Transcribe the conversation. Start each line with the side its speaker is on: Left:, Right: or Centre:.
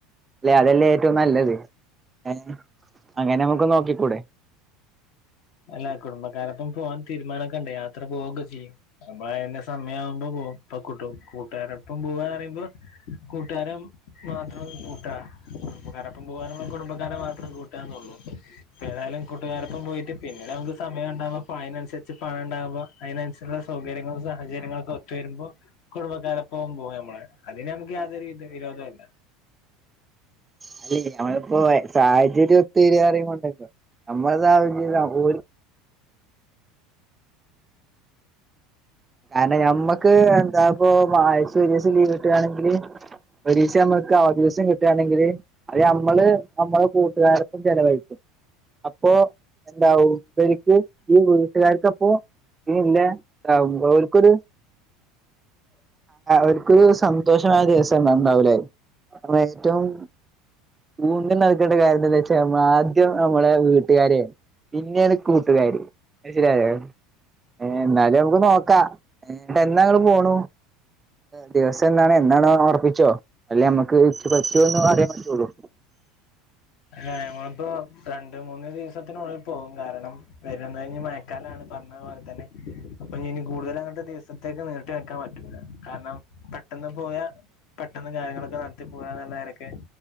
Right: ല്ലെ അതല്ലേ ഏറ്റവും നല്ലത് ഏഹ് അങ്ങനെ നമുക്ക് നോക്കിക്കൂടെ
Left: അല്ല കുടുംബക്കാരൊപ്പം പോവാൻ തീരുമാനക്കെണ്ട് യാത്ര പോവുക്കെ ചെയ്യും നമ്മൾ അതിന്റെ സമയം ആവുമ്പോ പോകും ഇപ്പൊ കൂട്ടു കൂട്ടുകാരപ്പം പോവാന്ന് പറയുമ്പോ കൂട്ടുകാരും മാത്രം കൂട്ടാ കുടുംബക്കാര അപ്പം പോകറയുമ്പ കുടുംബക്കാരെ മാത്രം കൂട്ടന്നുള്ളൂ ഇപ്പ ഏതായാലും കൂട്ടുകാരൊപ്പ പോയി പിന്നെ നമുക്ക് സമയം ഉണ്ടാകുമ്പോ പ്പഅതിനനുസരിച്ച് പണം ഉണ്ടാകുമ്പോ അതിനനുസരിച്ചുള്ള സൗകര്യങ്ങളു സഹചര്യങ്ങളൊക്കെ ഒത്ത് വരുമ്പോ കുടുംബക്കാരെപ്പം പോകമ്മള് അതിന് നമുക്ക് യാതൊരു വിരോധല്ല
Right: അല്ല ഞമ്മളിപ്പോ സാഹചര്യം ഒത്ത് വരപറയുമ്പോണ്ടല്ലോ നമ്മള സാഹചര്യം ഓല്ക്ക് കാരണം ഞമ്മക്ക് എന്താ ഇപ്പൊ ആഴ്ച്ച ഒരിസം ലീവ് കിട്ടുകാണെങ്കില് ഒരീസം നമുക്ക് അവധി ദിവസം കിട്ടുകയാണെങ്കില് അത് നമ്മള് നമ്മള കൂട്ടുകാരപ്പം ചെലവഴിക്കും അപ്പോ എന്താവു ഇവര്ക്ക് ഈ വീട്ടുകാർക്ക് അപ്പോ ഇഹ് ഇല്ലേ ആഹ് ഓല്ക്കൊരു അവർക്കൊരു സന്തോഷമായ ദിവസം അന്നാവുലേ <unintelligible> ഏറ്റവും ഊന്നൽ നൽക്കേണ്ട കാര്യംന്ത വെച്ചാ ആദ്യം നമ്മളെ വീട്ടുകാരെയാണ് പിന്നെയണ് കൂട്ടുകാര് മനസ്സിലായോ ഏഹ് എന്നാലും നമുക്ക് നോക്കാ എന്നങ്ങള് പോണു ദിവസം എന്നാണ് എന്നാണോ ഒറപ്പിച്ചോ അല്ല ഞമ്മക്ക് ഇക്ക് പറ്റോന്ന് അറിയാൻ പറ്റുള്ളു
Left: ആഹ് ഞമ്മളിപ്പോ രണ്ട് മൂന്ന് ദിവസത്തിനുള്ളിൽ പോകും കാരണം വരണത് ഇനി മയക്കാലാണ് പറ പോലെ തന്നെ അപ്പൊ ഇനി കൂടുതലങ്ങട് ദിവസത്തേക്ക് നീട്ടി വെക്കാം പറ്റൂല കാര്ണം പെട്ടെന്ന് പോയാ പെട്ടെന്ന് കാര്യങ്ങളൊക്കെ ന്നട ത്തി പോരാന്ന്ള്ള നെലക്ക്